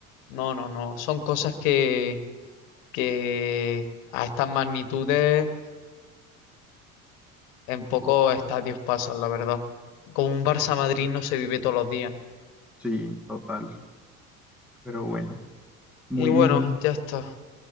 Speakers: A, on the left; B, in the centre.
A: No, no, no. Son cosas que, que a estas magnitudes En pocos estadios pasan, la verdad. Como un Barça-Madrid no se vive todos los días.
B: Sí, total, pero bueno, muy,
A: Y bueno, ya está.